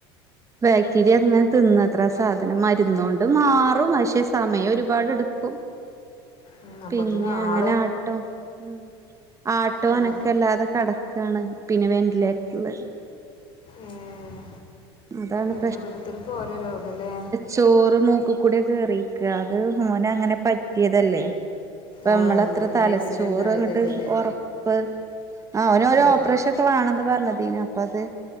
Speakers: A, on the right (about 25°); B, on the left (about 45°).
A: ബാക്റ്റീര്യങ്ങനെ തിന്നത്രെ ആ സാധനം മര്ന്നാേണ്ട് മാറും പഷെ സമയാെരുപാടെട്ക്കും
B: ഉം, അപ്പത്തിന്
A: പിന്നെ അങ്ങനെ
B: ആള്
A: ആട്ടോ ഉം ആട്ടോ
B: ഒരു
A: അനക്കല്ലാതെ കെടക്കാണ് പിന്നെ വെൻ്റിലേറ്റ്ർല്
B: ഏഹ്
A: അതാണ്
B: എന്താ ഓരോര്ത്തര്ക്കോരോ രോഗലേ
A: ചോറ് മൂക്ക്കൂടെ കേറീക്കാ അത് മോനങ്ങനെ പറ്റ്യേതല്ലേ പ്പ
B: ആ
A: നമ്മളത്ര
B: അന്ന്
A: തലച്ചോറ്ങ്ങട്ട്
B: ആക്സിഡൻ്റ് ആയതല്ലേ
A: ഒറപ്പ് ആഹ് ഓനൊരാേപ്പ്റേഷാെക്കെ
B: ഉം.
A: വാണംന്ന് പർഞ്ഞതേനി അപ്പ അത്